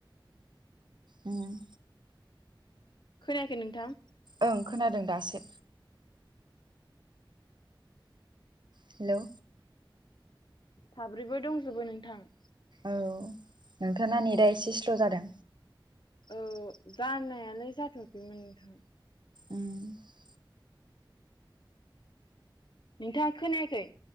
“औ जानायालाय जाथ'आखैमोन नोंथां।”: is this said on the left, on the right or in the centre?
Left